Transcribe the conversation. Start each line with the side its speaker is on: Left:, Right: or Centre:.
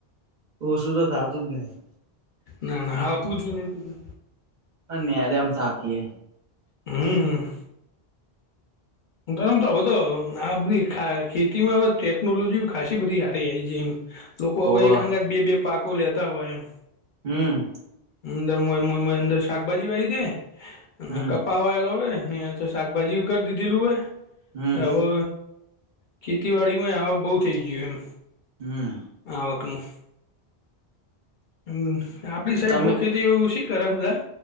Right: ઓછું તો થાતું જ નહી
Left: ના ના હા પૂછું નહી <unintelligible> પજુ
Right: અનેદ <unintelligible> એમ થાકીએ
Left: હમ હ તમ તો હવે તો આપ ખેતીમાં હવે ટેકનોલોજી ખાસી બધી હારી આવી જઇ છે એમ લોકો
Right: હોવ
Left: હવે એક સંગાથ બે બે પાકો લેતા હોય એમ
Right: હમ
Left: અંદર અંદર <unintelligible> શાકભાજી વાવી દે અને
Right: હમ
Left: કપા વાયેલો હોય ને તો શાકભાજી કરી દીધેલું
Right: હમ
Left: હોય હવે ખેતીવાડી માંય આવક બહુ થઈ ગયું
Right: હમ
Left: આવકનું હમ <unintelligible> આપણી સાઈડ
Right: તમે
Left: બહુ ખેતી ઓછી કરે બધા